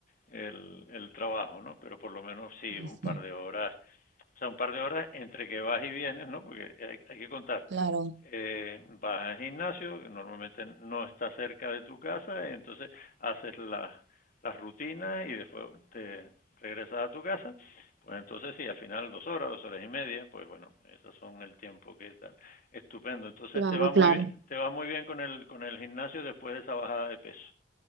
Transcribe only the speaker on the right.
Sí,
sí,
claro,
Claro,
claro.